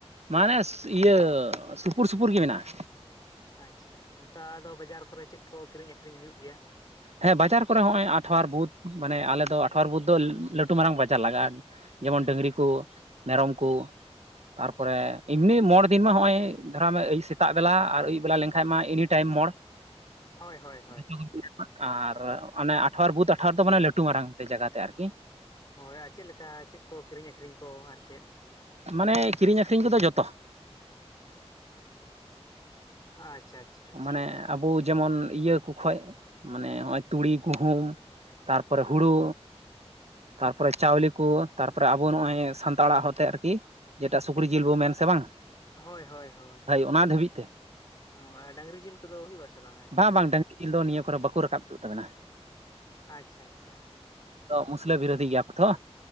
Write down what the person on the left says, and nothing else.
ᱟᱪᱪᱷᱟ, ᱚᱱᱠᱟ ᱫᱚ ᱵᱟᱡᱟᱨ ᱠᱚᱨᱮ ᱪᱮᱫ ᱠᱚ ᱠᱤᱨᱤᱧ ᱟᱹᱠᱷᱨᱤᱧ ᱦᱩᱭᱩᱜ ᱜᱮᱭᱟ?
<unintelligible> ᱦᱳᱭ
ᱦᱳᱭ ᱟᱨ ᱪᱮᱫ ᱞᱮᱠᱟ ᱪᱮᱫᱠᱚ ᱠᱤᱨᱤᱧ ᱟᱹᱠᱷᱨᱤᱧ ᱠᱚ ᱟᱨ ᱪᱮᱫ?
ᱟᱪᱪᱷᱟ ᱟᱪᱷᱟ ᱟᱪᱪᱷᱟ
ᱦᱳᱭ ᱦᱳᱭ ᱦᱳᱭ,
ᱰᱟᱹᱝᱨᱤ ᱡᱤᱞ ᱠᱚᱫᱚ ᱦᱩᱭᱩᱜ ᱟ ᱥᱮ ᱵᱟᱝ?
ᱟᱪᱪᱷᱟ ᱟᱪᱪᱷᱟ